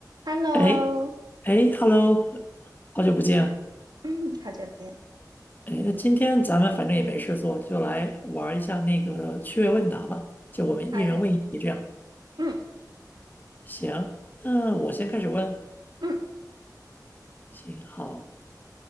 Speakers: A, on the right; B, on the left.
A: Hello，
B: 哎哎，Hello，好久不见。
A: 嗯，好久不见。
B: 哎，那今天咱们反正也没事做，就来玩一下那个趣味问答吧。就我们一人问一题这样。
A: 好呀，嗯
B: 行，那我先开始问。
A: 嗯，
B: 行，好。